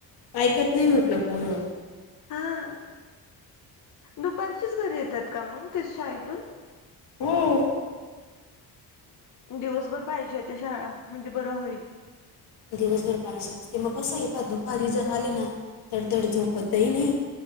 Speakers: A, on the left; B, on the left.
A: ऐकत नाही म्हटलं पोरं.
B: हां दुपारचीच घरी येतात का मग त शाळेतून.
A: हो,
B: दिवसभर पाहिजे त्या शाळा म्हणजे बरं होईल.
A: दिवसभर पाहिजे ते मग कसं आहे प दुपारी जर आले ना तडधड झोपतही नाही.